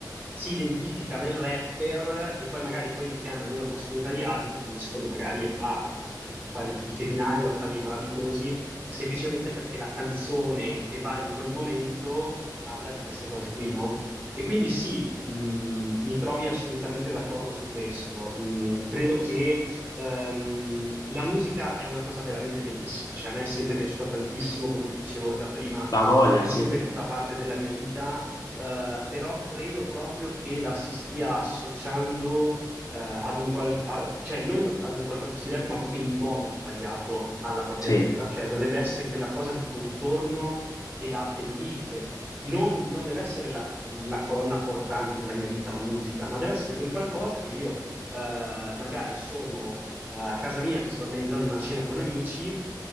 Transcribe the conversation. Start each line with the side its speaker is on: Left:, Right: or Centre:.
Right: si identifica nel rapper e poi magari quelli che hanno meno possibilità di altri finiscono magari a, appunto, fare i i criminali o a fare i malavitosi, semplicemente perché la canzone che va in quel momento parla di queste cose qui, no? E quindi sì, mh, mi trovi assolutamente d'accordo su questo. Mh, credo che Ehm, la musica è una cosa veramente bellissima, cioè a me è sempre piaciuta tantissimo, come ti dicevo già prima,
Left: La voglia,
Right: eh, è
Left: sì.
Right: sempre stata parte della mia vita, eh, però credo proprio che la si stia associando, eh, ad un qual- a- cioè non ad un qualcosa di sbagliato, ma proprio in modo sbagliato alla propria
Left: Sì.
Right: vita, cioè dovrebbe essere quella cosa di contorno che la abbellisce. Non, non deve essere la la colonna portante della mia vita, la musica, ma deve essere quel qualcosa che io eh, magari sono eh, a casa mia che sto organizzando una cena con amici